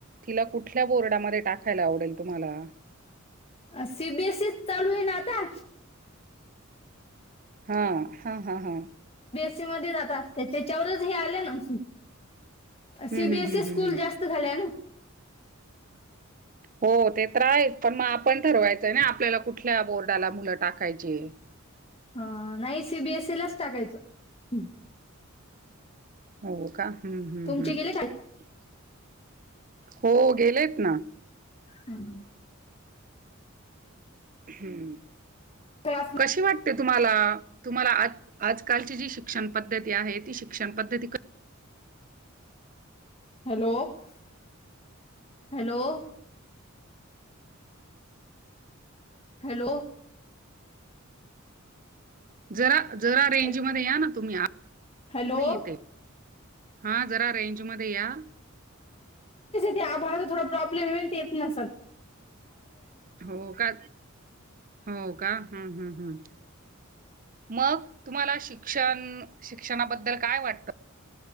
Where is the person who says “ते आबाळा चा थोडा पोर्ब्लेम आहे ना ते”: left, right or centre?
Left